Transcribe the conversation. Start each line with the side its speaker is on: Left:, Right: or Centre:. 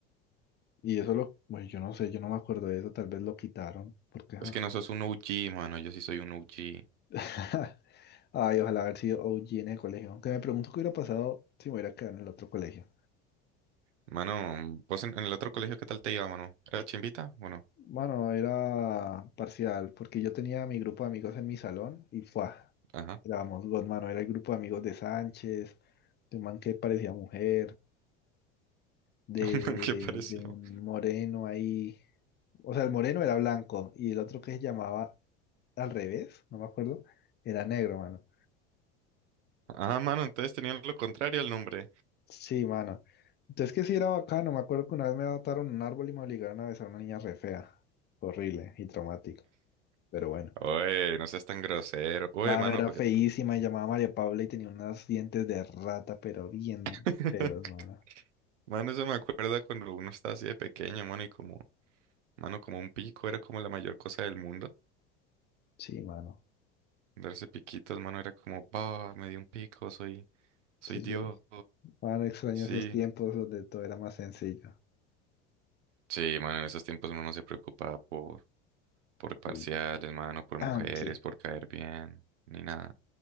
Left: Y eso lo, bueno, yo no sé, yo no me acuerdo de eso, tal vez lo quitaron, porque ajá.
Right: Es que no sos un OG, mano. Yo sí soy un OG.
Left: <laughs> Ay, ojalá haber sido OG en el colegio. Aunque me pregunto qué hubiera pasado si me hubiera quedado en el otro colegio.
Right: Mano, vos en, en el otro colegio, ¿qué tal te iba, mano? ¿Era chimbita? Bueno,
Left: Bueno, era parcial, porque yo tenía mi grupo de amigos en mi salón y fue,
Right: ajá.
Left: éramos dos, mano, era el grupo de amigos de Sánchez, de un man que parecía mujer, de,
Right: <laughs> Man, ¿Qué pareció?
Left: de un moreno ahí. O sea, el moreno era blanco y el otro que se llamaba al revés, no me acuerdo, era negro, mano.
Right: Ah, mano, entonces tenían lo contrario al nombre.
Left: Sí, mano. Entonces que sí era bacano. Me acuerdo que una vez me adaptaron un árbol y me obligaron a besar a una niña re fea. Horrible y traumático. Pero bueno.
Right: Oye, no seas tan grosero. Oye,
Left: Mano,
Right: mano,
Left: era
Right: pues.
Left: feísima y llamaba María Paula y tenía unos dientes de rata, pero bien
Right: <laughs>
Left: feos, mano.
Right: Mano, eso me acuerda cuando uno estaba así de pequeño, mano, y como, mano, como un pico era como la mayor cosa del mundo.
Left: Sí, mano.
Right: Darse piquitos, mano, era como, bah, me di un pico, soy, soy
Left: Soy
Right: Dios.
Left: yo. Mano, extraño
Right: Sí.
Left: esos tiempos donde todo era más sencillo.
Right: Sí, mano, en esos tiempos uno no se preocupaba por. por parciales,
Left: Uy.
Right: mano, por
Left: Ah,
Right: mujeres,
Left: sí.
Right: por caer bien, ni nada.